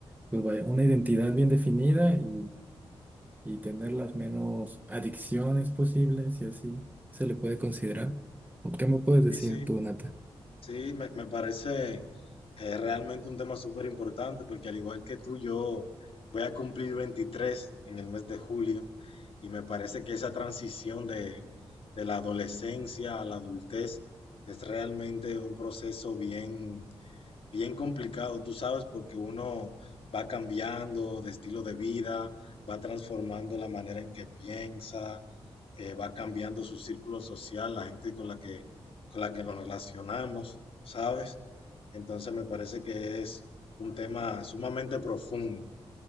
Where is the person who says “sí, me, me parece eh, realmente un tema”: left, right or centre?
Left